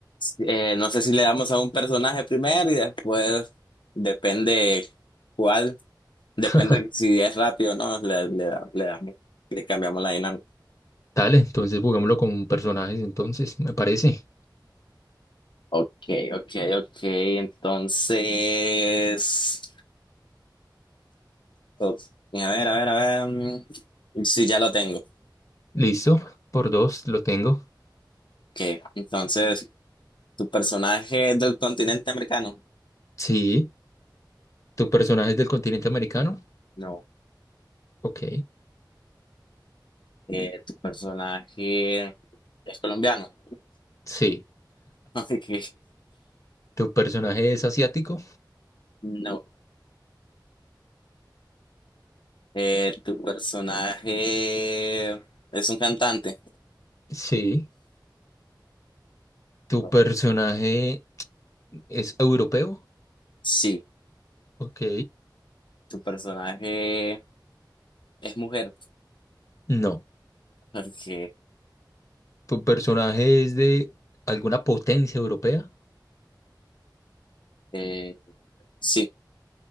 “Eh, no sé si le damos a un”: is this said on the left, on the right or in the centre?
Left